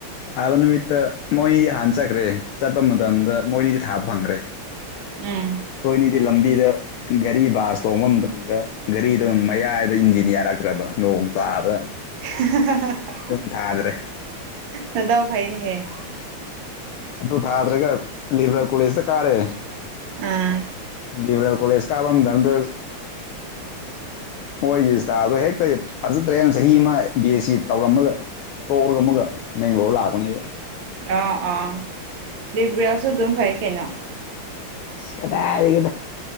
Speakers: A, on the left (about 80°); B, on the right (about 70°).
A: ꯊꯥꯕ ꯅꯨꯃꯤꯠꯇ ꯃꯣꯏꯅꯤꯗꯤ ꯍꯥꯟꯅ ꯆꯠꯈ꯭ꯔꯦ ꯆꯠꯄ ꯃꯇꯝꯗ ꯃꯣꯏꯅꯤꯗꯤ ꯊꯥꯕ ꯐꯪꯈ꯭ꯔꯦ꯫
B: ꯎꯝ
A: ꯑꯩꯈꯣꯏꯅꯤꯗꯤ ꯂꯝꯕꯤꯗ ꯒꯥꯔꯤ ꯕꯥꯁ ꯇꯣꯡꯕ ꯃꯇꯝꯗ ꯒꯥꯔꯤꯗꯨꯣ ꯃꯌꯥꯏꯗ ꯏꯟꯖꯤꯟ ꯌꯥꯔꯛꯇ꯭ꯔꯕ ꯅꯣꯡ ꯇꯥꯕ
B: <unintelligible>
A: ꯑꯗꯨꯝ ꯊꯥꯗ꯭ꯔꯦ꯫
B: ꯅꯗꯥꯎ ꯐꯩꯅꯦꯍꯦ
A: ꯑꯗꯨ ꯊꯥꯗ꯭ꯔꯒ ꯂꯤꯕꯔꯦꯜ ꯀꯣꯂꯦꯖꯇ ꯀꯥꯔꯦ
B: ꯎꯝ
A: ꯂꯤꯕꯔꯦꯜ ꯀꯣꯂꯦꯖ ꯀꯥꯕ ꯃꯇꯝꯗ ꯃꯣꯏꯒꯤ ꯏꯁꯇꯥꯜꯗꯣ ꯍꯦꯛꯇ ꯐꯖꯗ꯭ꯔꯦ ꯆꯍꯤ ꯑꯃ ꯕꯤ ꯑꯦꯁ ꯁꯤ ꯇꯧꯔꯝꯃꯒ <unintelligible> ꯑꯃꯒ ꯕꯦꯡꯒꯂꯣꯔ ꯂꯥꯛꯄꯅꯦꯕ
B: ꯑꯥ ꯑꯥ ꯂꯤꯕ꯭ꯔꯦꯜꯁꯨ ꯑꯗꯨꯝ ꯐꯩ ꯀꯩꯅꯣ
A: ꯑꯁ ꯀꯗꯥꯏꯗꯒꯤꯅꯣ